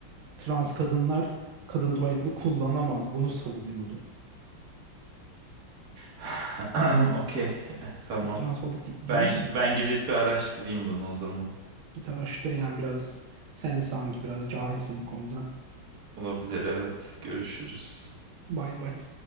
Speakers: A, on the right; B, on the right.
A: Trans kadınlar kadın tuvaletini kullanamaz. Bunu savunuyordu.
B: <clears throat> Okey eh, tamam.
A: Bu transfobiklik değil
B: Ben
A: mi?
B: ben gidip bir araştırayım bunu o zaman.
A: Git araştır yani biraz. Sen de sanki biraz cahilsin bir konuda.
B: Olabilir evet görüşürüz.
A: Bay bay.